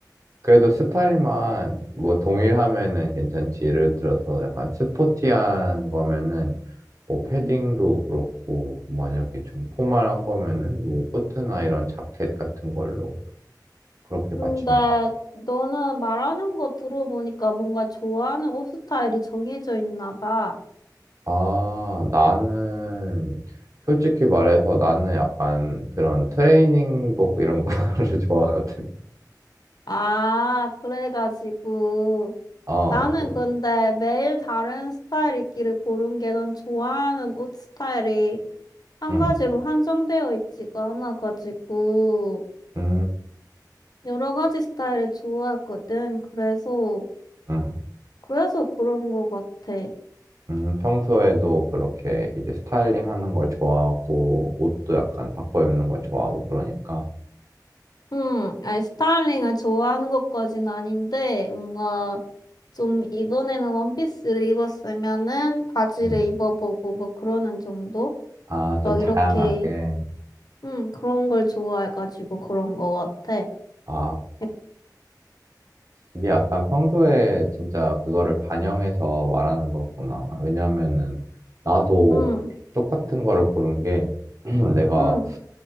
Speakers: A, on the right (about 45°); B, on the left (about 65°).
A: 그래도 스타일만 뭐 동일하면은 괜찮지. 예를 들어서 약간 스포티한 거면은 뭐 패딩도
B: 음.
A: 그렇고 만약에 좀 포멀한 거면은 뭐 코트나 이런 자켓 같은 걸로 그렇게
B: 근데
A: 맞추면
B: 너는 말하는 거 들어보니까 뭔가 좋아하는 옷 스타일이 정해져 있나 봐.
A: 아 나는 솔직히 말해서 나는 약간 그런 트레이닝복 이런 거를 <laughs> 좋아하거든
B: 아, 그래가지고.
A: 아
B: 나는
A: 그
B: 근데 매일 다른 스타일 입기를 고른 게 난 좋아하는 옷 스타일이 한
A: 음
B: 가지로 한정되어 있지가 않아가지고
A: 음
B: 여러 가지 스타일을 좋아하거든. 그래서,
A: 음
B: 그래서 그런 것 같아.
A: 음 평소에도 그렇게 이제 스타일링 하는 걸 좋아하고 옷도 약간 바꿔 입는 걸 좋아하고 그러니까
B: 음, 아니, 스타일링을 좋아하는 것까진 아닌데, 뭔가 좀 이번에는 원피스를 입었으면은 바지를
A: 음
B: 입어보고 뭐 그러는 정도?
A: 아 좀
B: 막
A: 다양하게
B: 이렇게, 음, 그런 걸 좋아해가지고 그런 거 같아.
A: 아
B: 약-
A: 이게 약간 평소에 진짜 그거를 반영해서 말하는 거구나. 왜냐면은 나도
B: 음,
A: 똑같은 거를 고른 게 <clears throat> 내가
B: 음,